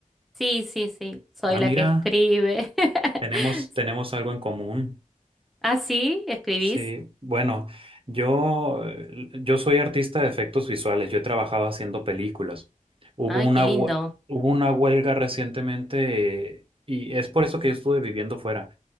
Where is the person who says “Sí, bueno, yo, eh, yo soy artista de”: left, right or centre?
Right